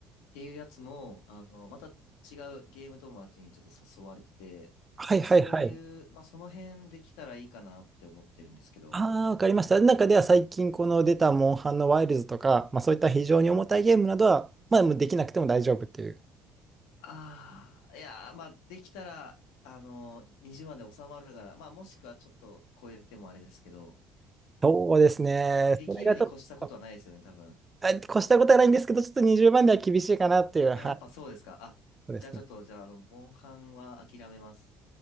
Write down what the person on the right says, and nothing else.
はいはいはい。
ああ、わかりました。中では最近この出たモンハンのワイルズとか、まあそういった非常に重たいゲームなどは、まあもうできなくても大丈夫っていう。
そうですね。
それがちょっと、
あ越したことはないんですけど、ちょっと20万では厳しいかなっていう。
はい。
そうですね。